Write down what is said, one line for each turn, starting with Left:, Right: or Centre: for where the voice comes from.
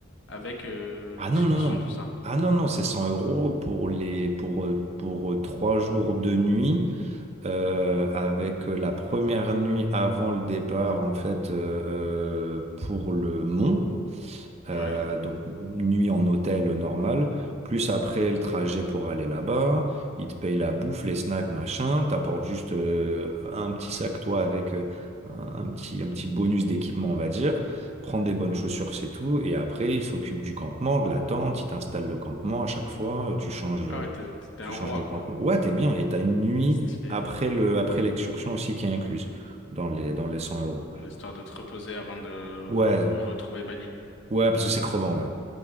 Left: avec euh,
Right: Ah
Left: l'excursion,
Right: non, non, non.
Left: tout ça.
Right: Ah non, non, c'est 100 euros pour les, pour, euh, pour euh, trois jours de nuit, euh, avec euh, la première nuit avant le départ, en fait, euh, euh, pour le mont.
Left: Ouais.
Right: Euh, donc, une nuit en hôtel normal, plus après le trajet pour aller là-bas, ils te payent la bouffe, les snacks, machin, t'apportes juste euh, un petit sac, toi, avec euh, un, un petit, un petit bonus d'équipement, on va dire, prends des bonnes chaussures, c'est tout, et après, ils s'occupent du campement, de la tente, ils t'installent le campement à chaque fois, tu changes,
Left: Ah ouais, t'es t'es- t'es
Right: tu
Left: un
Right: changes
Left: roi,
Right: de campement.
Left: quoi.
Right: Ouais, t'es bien, et t'as une nuit
Left: Stylé.
Right: après le, après l'excursion aussi qui est incluse dans les, dans les 100 euros.
Left: Ouais, Histoire de te reposer avant de re-
Right: Ouais,
Left: retrouver Bali.
Right: ouais, parce que c'est crevant, ouais.